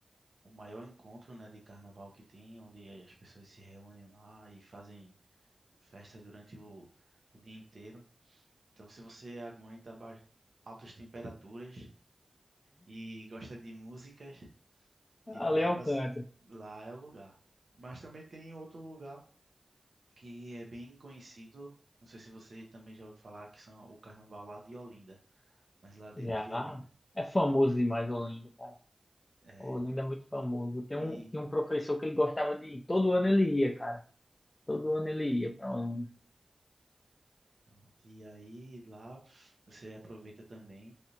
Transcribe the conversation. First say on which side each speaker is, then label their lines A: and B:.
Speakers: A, on the right; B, on the left.
A: o maior encontro, né, de carnaval que tem, onde as pessoas se reúnem lá e fazem festa durante o, o dia inteiro. Então, se você aguenta ba- altas temperaturas e gosta de músicas, e
B: Ale
A: lá,
B: Alcântara.
A: você- lá é o lugar. Mas também tem outro lugar que é bem conhecido, não sei se você também já ouviu falar, que são o carnaval lá de Olinda, nas ladeiras
B: Já.
A: de Olinda.
B: É famoso demais Olinda, cara.
A: É,
B: Olinda
A: e,
B: é muito famoso. Tem
A: e,
B: um, tem um professor que ele gostava de ir. Todo ano ele ia, cara. Todo ano ele ia pra Olinda.
A: pronto, e aí lá você aproveita também.